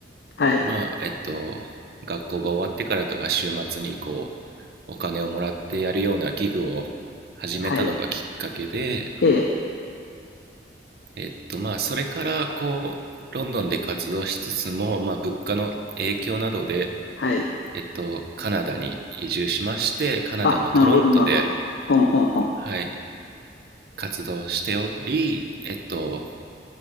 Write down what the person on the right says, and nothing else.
まあ、えっと、学校が終わってからとか週末にこう、お金をもらってやるようなギグを始めたのがきっかけで、
えっと、まあ、それからこう、ロンドンで活動しつつも、まあ、物価の影響などで、
えっと、カナダに移住しまして、カナダのトロントで、
はい、活動しており、えっと、